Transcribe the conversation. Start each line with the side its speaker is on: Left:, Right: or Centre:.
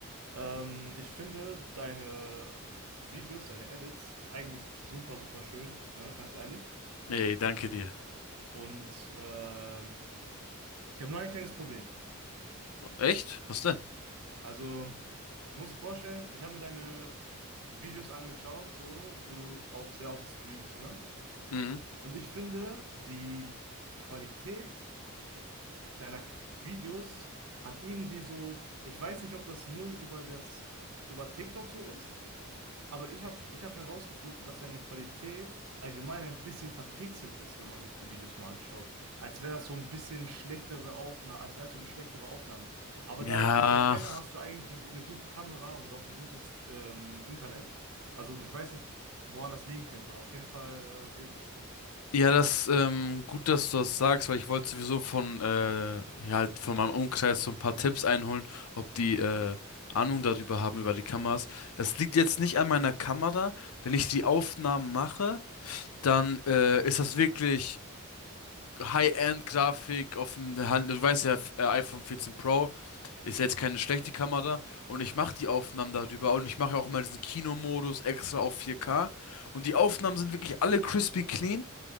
Right: ähm, ich finde deine Videos, deine Edits eigentlich super, super schön, ne? Ganz ehrlich.
Left: Ey, danke dir.
Right: Und äh, ich habe nur ein kleines Problem.
Left: Echt? Was denn?
Right: Also, du musst dir vorstellen, ich habe mir deine Videos angeschaut, so, wo du auch sehr oft streamst, ne?
Left: Mhm.
Right: Und ich finde, die Qualität deiner Videos hat irgendwie so, ich weiß nicht, ob das nur über das, über TikTok so ist Aber ich habe ich hab herausgefunden, dass seine Qualität allgemein ein bisschen verpixelt ist, wenn man sich die Videos mal anschaut. Als wäre das so ein bisschen schlechtere Aufnahme, als wäre es so eine schlechtere Aufnahme. Aber
Left: Ja,
Right: da ich dich erkenne, hast du eigentlich ein, gu- eine gute Kamera und auch ein gutes ähm, Internet. Also ich weiß nicht, woran das liegen könnte, aber auf jeden Fall äh, sehe ich das ja oft.
Left: ja, das, ähm, gut, dass du das sagst, weil ich wollte sowieso von, äh, ja, halt von meinem Umkreis so ein paar Tipps einholen, ob die, äh, Ahnung darüber haben, über die Kameras. Das liegt jetzt nicht an meiner Kamera. Wenn ich die Aufnahmen mache, dann, äh, ist das wirklich High-End-Grafik auf dem Hand. Du weißt ja, äh, iPhone 14 Pro ist jetzt keine schlechte Kamera und ich mache die Aufnahmen darüber und ich mache auch immer diesen Kinomodus extra auf 4K und die Aufnahmen sind wirklich alle crispy clean.